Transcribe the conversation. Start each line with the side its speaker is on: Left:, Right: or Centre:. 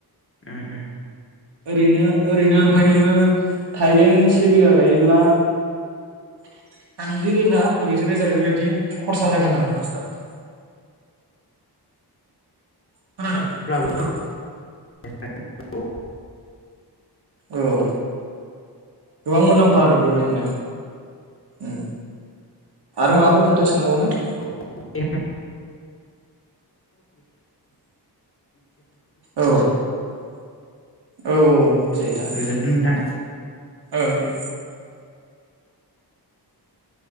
Left: उम उम।
Right: ओरैनो ओरैनो ओमफ्राय नोङो थाइबें से बिगा गायोब्ला थामजि रोजा ब्रैजि रोजा बेबायदि खरसा जागोन आरो फार्स्टआव। <inaudible> खोनादों नोंथां?
Left: अब्लाबो <unintelligible>
Right: औ, गोबां मुलाम्फा आरो बेबायदिनो उम आरो माबाफोर खोथा सोंबावनो?
Left: <unintelligible> <unintelligible> औ दे,
Right: औ औ दे जागोन
Left: गोजोनथों
Right: दे
Left: नोंथां।
Right: ओं दे
Left: <inaudible>